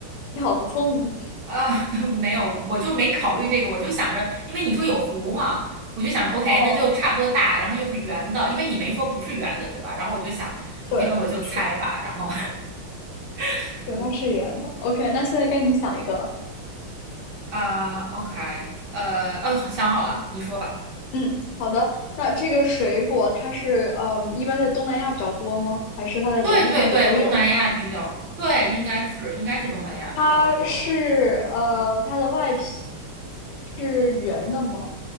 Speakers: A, on the left (about 80°); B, on the right (about 55°).
A: 你好聪明
B: 啊，<laughs> 没有，我就没考虑这个，我就想着，因为你说有弧嘛，我就想着，OK，
A: 哦，
B: 那就差不多大，然后又是圆的，因为你没说不是圆的，对吧？然后我就想，OK，
A: 对，
B: 那我就猜吧，
A: 是，
B: 然后，<laughs>
A: 对，
B: 嗯
A: 它是圆的。OK，那现在该你想一个了。
B: 啊，OK，呃，呃，想好了，你说吧。
A: 嗯，好的。那这个水果它是呃，一般在东南亚比较多吗？还是它在别的地方也都有呢？
B: 对对对，东南亚比较，对，应该是应该是东南亚比较多，
A: 它是呃，它的外皮是圆的吗？